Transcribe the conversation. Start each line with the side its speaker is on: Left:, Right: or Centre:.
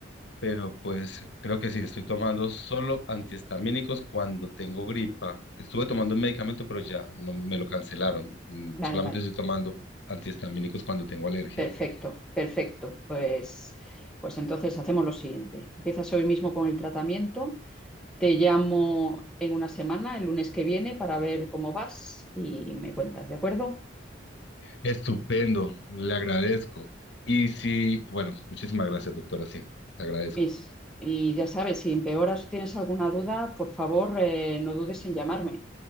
Left: Pero pues creo que sí, estoy tomando solo antihistamínicos cuando tengo gripa. Estuve tomando un medicamento, pero ya no me lo cancelaron. Mm,
Centre: Vale,
Left: Solamente
Centre: vale.
Left: estoy tomando antihistamínicos cuando tengo alergia.
Centre: Perfecto, perfecto. Pues, pues entonces hacemos lo siguiente. Empiezas hoy mismo con el tratamiento. Te llamo en una semana, el lunes que viene, para ver cómo vas y me cuentas, ¿de acuerdo?
Left: Estupendo, le agradezco. Y sí, bueno, muchísimas gracias, doctora, sí, le agradezco.
Centre: Mis, y ya sabes, si empeoras o tienes alguna duda, por favor, eh, no dudes en llamarme.